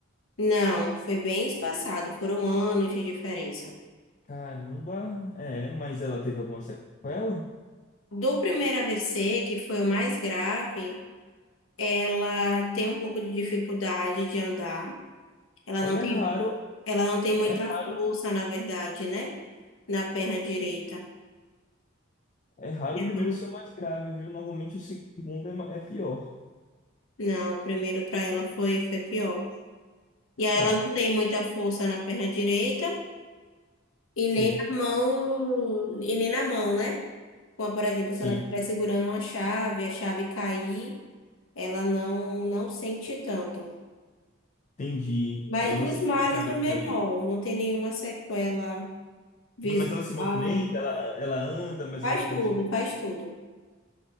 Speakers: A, on the left; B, on the left.
A: Não, foi bem espaçado, foram anos de diferença.
B: Caramba, é, mas ela teve alguma sequela?
A: Do primeiro AVC, que foi o mais grave, ela tem um pouco de dificuldade de andar. Ela
B: Olha,
A: não tem,
B: é raro,
A: ela não tem muita
B: é raro,
A: força, na verdade, né? Na perna direita.
B: é raro
A: Uhum.
B: o primeiro ser o mais grave, viu? Normalmente o segundo é, ma- é pior.
A: Não, o primeiro para ela foi, foi pior. E aí
B: Tá,
A: ela não tem muita força na perna direita e
B: sim,
A: nem na mão, e nem na mão, né? Como, por exemplo,
B: sim,
A: se ela estiver segurando uma chave, a chave cair, ela não, não sente tanto.
B: entendi.
A: Mas
B: Ela não
A: dos
B: sente
A: males,
B: que a chave
A: o menor,
B: caiu.
A: não tem nenhuma sequela visual.
B: Mas ela se movimenta, ela, ela anda, mas
A: Faz
B: anda com...
A: tudo, faz tudo.